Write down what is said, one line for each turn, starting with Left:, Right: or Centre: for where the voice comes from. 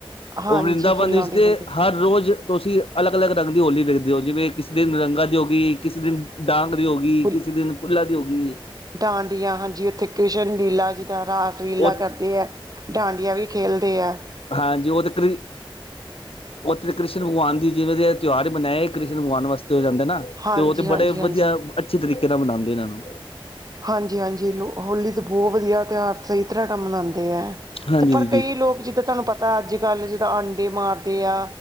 Right: ਹਾਂਜੀ
Left: ਉਹ ਵਰਿੰਦਾਵਨ
Right: ਫੁੱਲਾਂ
Left: ਇਚ
Right: ਦੀ
Left: ਤੇ
Right: ਹੋਲੀ
Left: ਹਰ ਰੋਜ਼ ਤੁਸੀਂ ਅਲੱਗ ਅਲੱਗ ਰੰਗ ਦੀ ਹੋਲੀ ਵੇਖਦੇ ਓ, ਜਿਵੇਂ ਕਿਸੀ ਦਿਨ ਰੰਗਾ ਦੀ ਹੋਗੀ, ਕਿਸੀ ਦਿਨ ਡਾਂਗ ਦੀ ਹੋ ਗੀ,
Right: ਫੁੱਲ
Left: ਕਿਸੇ ਦਿਨ ਫੁੱਲਾਂ ਦੀ ਹੋ ਗੀ
Right: ਡਾਂਡੀਆਂ, ਹਾਂਜੀ ਇਥੇ ਕ੍ਰਿਸ਼ਨ ਲੀਲਾ ਜੀ ਦਾ, ਰਾਸ ਲੀਲਾ
Left: ਉਹ
Right: ਕਰਦੇ ਐ। ਡਾਂਡੀਆਂ ਵੀ ਖੇਲਦੇ ਐ।
Left: ਹਾਂਜੀ, ਉਹ ਤੇ ਕ੍ਰੀ ਓ ਤੇ ਕ੍ਰਿਸ਼ਨ ਭਗਵਾਨ ਦੀ ਜਿਵੇਂ ਦੇ ਐ, ਤਿਉਹਾਰ ਹੀ ਮਨਾਏ, ਕ੍ਰਿਸ਼ਨ ਭਗਵਾਨ ਵਾਸਤੇ ਹੋ ਜਾਂਦੇ ਨਾ।
Right: ਹਾਂਜੀ
Left: ਤੇ ਉਹ ਤੇ
Right: ਹਾਂਜੀ
Left: ਬੜੇ
Right: ਹਾਂਜੀ
Left: ਵਧੀਆ, ਅੱਛੇ ਤਰੀਕੇ ਨਾ ਮਨਾਂਦੇ ਨੇ ਏਨੂੰ।
Right: ਹਾਂਜੀ ਹਾਂਜੀ ਲੋ ਹੋਲੀ ਤਾਂ ਬਹੁਤ ਵਧੀਆ ਤਿਉਹਾਰ ਸਹੀ ਤਰ੍ਹਾਂ ਨਾ ਮਨਾਂਦੇ ਐ।
Left: ਹਾਂਜੀ
Right: ਤੇ ਪਰ
Left: ਦੀਦੀ
Right: ਕਈ ਲੋਕ ਜਿੱਦਾਂ ਤਾਨੂੰ ਪਤਾ ਅੱਜ ਕੱਲ੍ਹ ਜਿਦਾਂ ਅੰਡੇ ਮਾਰਦੇ ਆ।